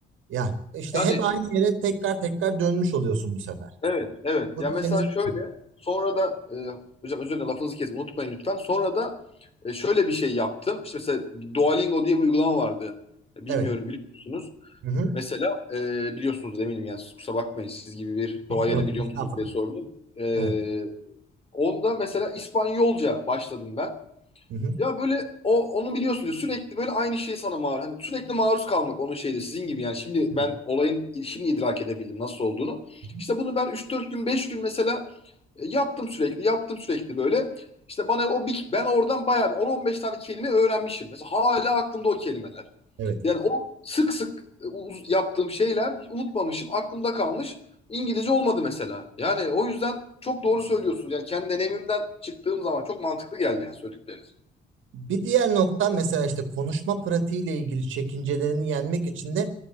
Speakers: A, on the right; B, on the left.
A: Ya işte
B: Yani
A: hep aynı yere tekrar tekrar dönmüş oluyorsun bu sefer.
B: evet evet.
A: Bu
B: Ya
A: da
B: mesela
A: seni sıkıyor.
B: şöyle sonra da e, hocam özür dilerim lafınızı kesin unutmayın lütfen. Sonra da e, şöyle bir şey yaptım. İşte mesela bir Duolingo diye bir uygulama vardı. Bilmiyorum
A: Evet.
B: biliyor musunuz?
A: Hı hı.
B: Mesela e, biliyorsunuz eminim yani siz kusura bakmayın siz gibi bir
A: <laughs>
B: doğayana
A: Yok
B: biliyor
A: estağfurullah.
B: musunuz diye sordum. E,
A: Evet.
B: onda mesela İspanyolca başladım ben.
A: Hı hı.
B: Ya böyle o onu biliyorsunuz sürekli böyle aynı şey sana maruz. Hani sürekli maruz kalmak onun şeyde sizin gibi yani şimdi
A: Evet.
B: ben olayın şimdi idrak edebildim nasıl olduğunu.
A: Hı hı.
B: İşte bunu ben üç dört gün 5 gün mesela e, yaptım sürekli yaptım sürekli böyle. İşte bana o bir, ben oradan bayağı bir 10-15 tane kelime öğrenmişim. Mesela hala aklımda o kelimeler.
A: Evet.
B: Yani o sık sık yaptığım şeyler hiç unutmamışım, aklımda kalmış. İngilizce olmadı mesela. Yani o yüzden çok doğru söylüyorsunuz. Yani kendi deneyimimden çıktığım zaman çok mantıklı geldi yani söyledikleriniz.
A: Bir diğer nokta mesela işte konuşma pratiğiyle ilgili çekincelerini yenmek için de